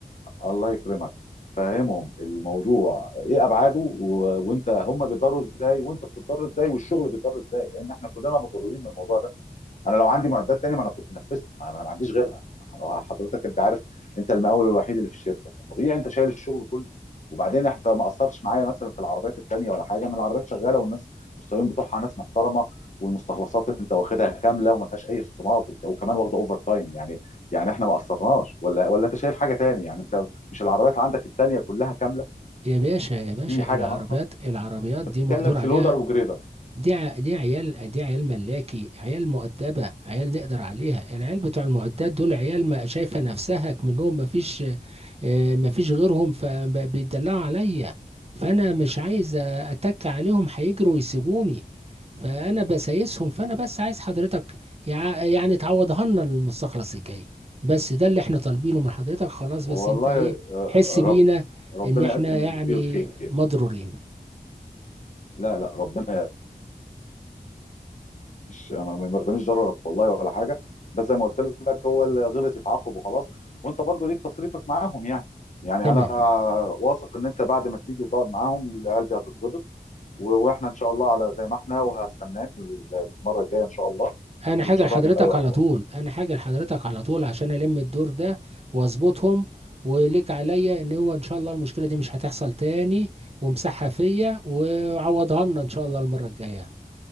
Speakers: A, on the left (about 45°); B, on the right (about 40°).
A: الله يكرمك فهمهم الموضوع ايه ابعاده و... وانت هم بيتضروا ازاي وانت بتتضر ازاي والشغل بيتضر ازاي لان احنا كلنا متضررين من الموضوع ده انا لو عندي معدات تانية ما انا كنت نفذت ما انا ما عنديش غيرها هو حضرتك انت عارف انت المقاول الوحيد اللي في الشركه فطبيعي انت شايل الشغل كله وبعدين انت ما قصرتش معايا مثلا في العربيات التانية ولا حاجه من العربيات شغاله والناس والسواقين بتوعها ناس محترمه والمستخلصات انت واخدها كامله وما فيهاش اي خصومات وك- وكمان واخده اوفر تايم يعني يعني احنا ما قصرناش ولا ولا انت شايف حاجه تاني يعني انت مش العربيات عندك التانية كلها كامله
B: يا باشا يا باشا
A: في حاجه
B: العربيات
A: ناقصه
B: العربيات دي
A: انت بتتكلم
B: مقدور
A: في
B: عليها
A: لودر وجريدر
B: دي ع- دي عيال دي عيال ملاكي عيال مؤدبة عيال نقدر عليها العيال بتوع المعدات دول عيال ما شايفة نفسها منهم ما فيش آه، ما فيش غيرهم فبيدلعوا عليا فأنا مش عايز أتك عليهم هيجروا ويسيبوني فأنا بسايسهم فأنا بس عايز حضرتك يع- يعني تعوضها لنا المستخلص الجاي بس ده اللي احنا طالبينه من حضرتك خلاص
A: والله
B: بس انت ايه
A: آه،
B: حس
A: رب
B: بينا
A: ربنا
B: ان احنا
A: يقدم
B: يعني
A: اللي فيه الخير
B: مضرورين
A: لا لا ربنا مش ما ما يرضانيش ضررك والله ولا حاجه بس زي ما قلت لك هو اللي غلط يتعاقب وخلاص وانت برضو ليك تصريفك معاهم يعني يعني
B: تمام
A: انا واثق ان انت بعد ما تيجي وتقعد معاهم العيال دي هتتظبط و- واحنا ان شاء الله على زي ما احنا وهستناك المره الجايه ان شاء الله
B: انا
A: وتشرفني
B: حاجة لحضرتك
A: في اي وقت
B: على
A: والله
B: طول انا حاجة لحضرتك على طول عشان الم الدور ده واظبطهم وليك عليا ان هو ان شاء الله المشكلة دي مش هتحصل تاني ومسحها فيا وعوضها لنا ان شاء الله المرة الجاية